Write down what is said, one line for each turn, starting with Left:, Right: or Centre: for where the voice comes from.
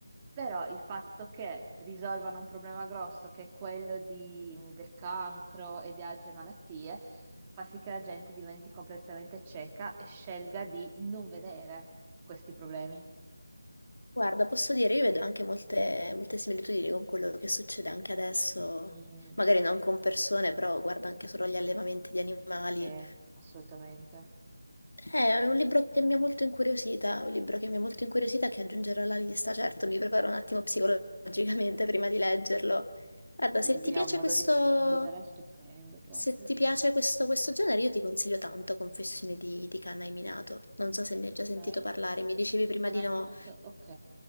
Right: però il fatto che risolvano un problema grosso che è quello di- del cancro e di altre malattie fa sì che la gente diventi completamente cieca e scelga di non vedere questi problemi.
Left: Guarda, posso dire, io vedo anche molte, molte similitudini con quello che succede anche adesso,
Right: Mm,
Left: magari non con persone, però guarda anche solo gli allevamenti di animali.
Right: sì, assolutamente.
Left: Eh, È un libro che mi ha molto incuriosita, un libro che mi ha molto incuriosita che aggiungerò alla lista, certo, mi preparo un attimo psicologicamente <laughs> prima di leggerlo. Guarda,
Right: Lui
Left: se ti piace
Right: ha un modo
Left: questo,
Right: di scrivere stupendo proprio.
Left: se ti piace questo, questo genere, io ti consiglio tanto Confessioni di, di Kanna Minato. Non so se ne hai già sentito
Right: Ok.
Left: parlare, mi dicevi prima
Right: Hanai
Left: di no,
Right: Minato, ok.